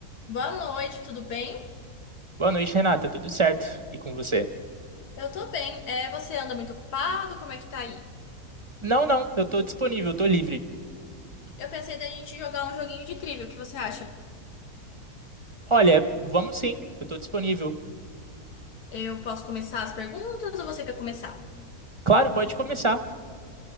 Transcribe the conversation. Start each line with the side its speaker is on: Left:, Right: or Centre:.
Left: Boa noite, tudo bem?
Right: Boa noite, Renata. Tudo certo? E com você?
Left: Eu tô bem. É, você anda muito ocupado? Como é que tá aí?
Right: Não, não, eu tô disponível, tô livre.
Left: Eu pensei da gente jogar um joguinho de trivia. O que você acha?
Right: Olha, vamos sim, eu tô disponível.
Left: Eu posso começar as perguntas ou você quer começar?
Right: Claro, pode começar.